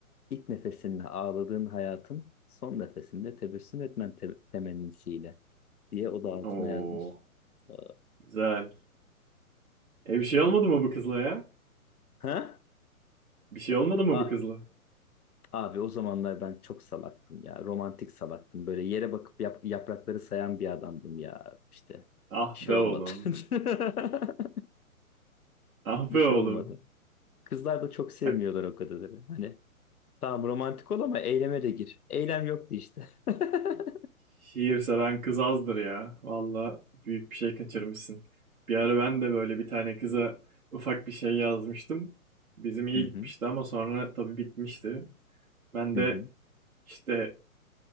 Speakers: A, on the left; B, on the right.
A: İlk nefesinde ağladığın hayatın, son nefesinde tebessüm etmen te- temennisiyle diye o da altına
B: Oo.
A: yazmış. Ee,
B: Güzel. E bir şey olmadı mı bu kızla ya?
A: Ha?
B: Bir şey olmadı mı
A: A-
B: bu kızla?
A: abi o zamanlar ben çok salaktım ya. Romantik salaktım. Böyle yere bakıp yap- yaprakları sayan bir adamdım ya. İşte
B: Ah
A: bir şey
B: be
A: olmadı.
B: oğlum.
A: <laughs>
B: Ah
A: Bir
B: be
A: şey
B: oğlum.
A: olmadı. Kızlar da çok sevmiyorlar
B: Bak
A: o kadarları. Hani tamam romantik ol ama eyleme de gir. Eylem yoktu işte. <laughs>
B: şiir seven kız azdır ya. Valla büyük bir şey kaçırmışsın. Bir ara ben de böyle bir tane kıza ufak bir şey yazmıştım. Bizim iyi
A: Hı hı.
B: gitmişti ama sonra tabii bitmişti. Ben
A: Hı
B: de
A: hı.
B: işte